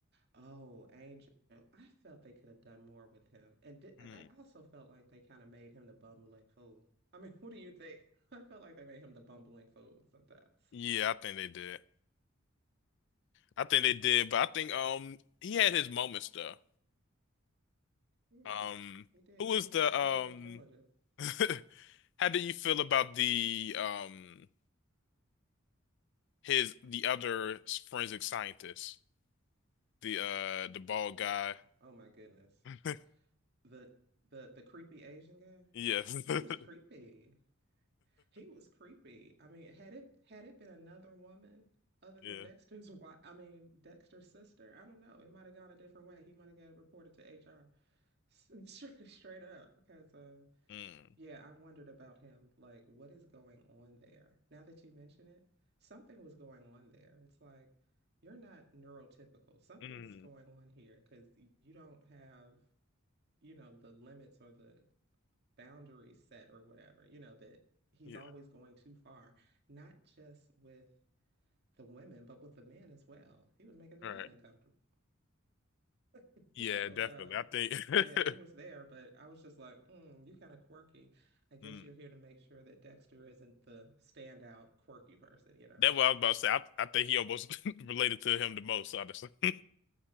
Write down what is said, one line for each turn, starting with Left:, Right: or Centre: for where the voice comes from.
Right: Oh, Angel. I felt they could have done more with him. And di-
Left: Hmm.
Right: I I also felt like they kind of made him the bumbling fool. I mean, <laughs> what do you think? I felt like they made him the bumbling fool sometimes.
Left: Yeah, I think they did. I think they did, but I think um he had his moments though.
Right: Yeah,
Left: Um,
Right: he did.
Left: who
Right: He
Left: was
Right: was
Left: the
Right: definitely
Left: um?
Right: intelligent.
Left: <laughs> How do you feel about the um? his the other forensic scientist, the uh the bald guy.
Right: Oh my goodness.
Left: <laughs>
Right: The the the creepy Asian guy.
Left: Yes.
Right: He was
Left: <laughs>
Right: creepy. He was creepy. I mean, had it had it been another woman other
Left: Yeah.
Right: than Dexter's <laughs> wife, I mean Dexter's sister, I don't know. It might have gone a different way. He might have got reported to HR <laughs> straight, straight up because uh
Left: Mm.
Right: yeah, I wondered about him. Like, what is going on there? Now that you mention it, something was going on there. It's like you're not neurotypical. Something's
Left: Mm.
Right: going on here because you don't have, you know, the limits or the boundaries set or whatever, you know, that he's
Left: Yeah.
Right: always going too far, not just with the women, but with the men as well. He was making the
Left: All
Right: men
Left: right.
Right: uncomfortable. <laughs>
Left: Yeah,
Right: So,
Left: definitely.
Right: uh,
Left: I think
Right: yeah, he was there,
Left: <laughs>
Right: but I was just like, mm, you kind of quirky. I guess
Left: mm.
Right: you're here to make sure that Dexter isn't the standout quirky person, you know?
Left: That's what I was about to say. I, I think he almost <laughs> related to him the most, honestly. <laughs>